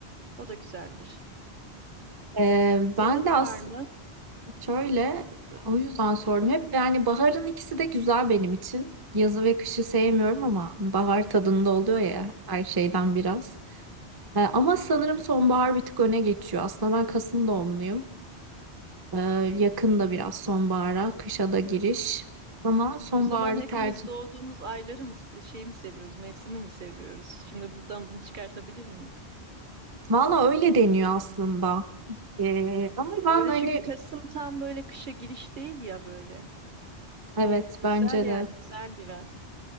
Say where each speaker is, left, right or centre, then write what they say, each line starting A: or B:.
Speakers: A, on the right; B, on the right.
A: O da güzeldir.
B: Ee,
A: Senin
B: ben de aslında
A: var mı?
B: şöyle o yüzden sordum. Hep yani baharın ikisi de güzel benim için. Yazı ve kışı sevmiyorum ama bahar tadında oluyor ya her şeyden biraz. Ee, ama sanırım sonbahar bir tık öne geçiyor. Aslında ben Kasım doğumluyum. Ee, yakında biraz sonbahara, kışa da giriş. Ama sonbaharı
A: O zaman hepimiz
B: tercih.
A: doğduğumuz ayları mı, şey mi seviyoruz, mevsimi mi seviyoruz? Şimdi buradan bunu çıkartabilir miyiz?
B: Valla öyle deniyor aslında. Ee, ama ben
A: Böyle
B: hani
A: çünkü Kasım tam böyle kışa giriş değil ya böyle.
B: Evet bence
A: Güzel yani,
B: de.
A: güzel bir ay.